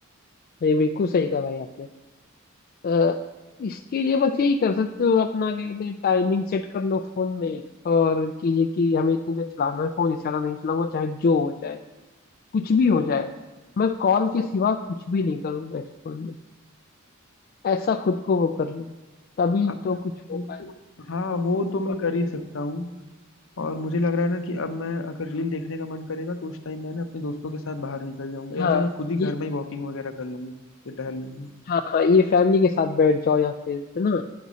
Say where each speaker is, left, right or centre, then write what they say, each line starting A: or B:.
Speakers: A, on the left (about 45°); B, on the left (about 65°).
A: ये बिल्कुल सही कहा भाई आपने अ, इसके लिए बस यही कर सकते हो अपना क्या कहते हैं टाइमिंग सेट कर लो फोन में और कीजिए कि हमें इतनी देर चलाना है फोन इससे ज्यादा नहीं चलाऊंगा चाहे जो हो जाए कुछ भी हो जाए मैं कॉल के सिवा कुछ भी नहीं करूंगा इस फोन में ऐसा खुद को वो कर लो तभी
B: अब-
A: तो कुछ हो पाए
B: हाँ वो तो मैं कर ही सकता हूँ और मुझे लग रहा है ना कि अब मैं अगर रील देखने का मन करेगा तो उस टाइम मैं ना अपने दोस्तों के साथ बाहर निकल जाऊंगा या
A: हाँ
B: फिर मैं खुद ही घर
A: ये
B: में ही वॉकिंग वगैरह कर लूंगा फिर टहल लूंगा
A: हाँ हाँ ये फैमिली के साथ बैठ जाओ या फिर है ना